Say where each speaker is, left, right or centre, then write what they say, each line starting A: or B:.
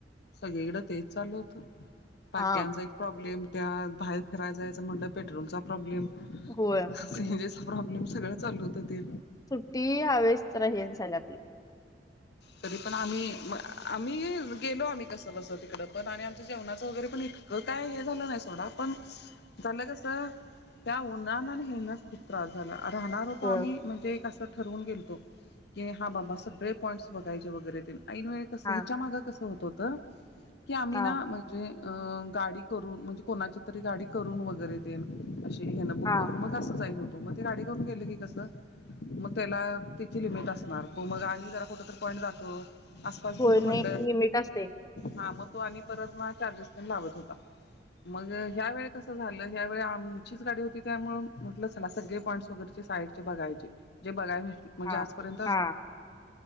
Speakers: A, on the left; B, on the left.
A: सगळीकडें तेच चालू होतं. टाक्यांचा
B: हा.
A: एक प्रॉब्लेम त्या बाहेर फिराय जायचं म्हणलं. पेट्रोलचा प्रॉब्लेम,
B: होय
A: सीएनजीचा प्रॉब्लेम सगळं चालू होतं ते.
B: ती ह्या वेळेस जरा हेच झाल्यात.
A: तरी पण आम्ही म आम्ही गेलो आम्ही कसं बस तिकडं पण आणि आमचं जेवणाचं वगैरे पण इ काय हे झालं नाही सोडा पण, झालं कसं त्या उन्हान आणि हेन खूप. त्रास झाला राहणार होतो
B: होय
A: आम्ही, म्हणजे एक असं ठरवून गेलतो की हा बाबा सगळे पॉइंट्स. बघायचे वगैरे तेन ऐन वेळी कस
B: हा
A: हेच्या, माग कसं होत होतं की आम्ही
B: हा
A: ना. म्हणजे गाडी करून म्हणजे, कोणाची तरी गाडी करून वगैरे तेन. अशी हेन बुक
B: हा
A: करून मग अस जायचो. मग गाडी करून गेली की कसं, मग त्याला तिची लिमिट असणार तो मग आणि जरा कुठ तर. पॉइंट दाखव आसपास
B: होय
A: चल म्हणल.
B: नाही लिमिट असते
A: हा मग तो आणि परत मग चार्जेस तेन लावत होता. मग ह्या वेळी कसं झालं ह्या वेळी आमचीच गाडी होती. त्यामुळं म्हटलं चला सगळे पॉईंट्स वगैरेचे साईड. बघायचे जे बघाय भेट म्हणजे
B: हा
A: आजपर्यंत.
B: हा.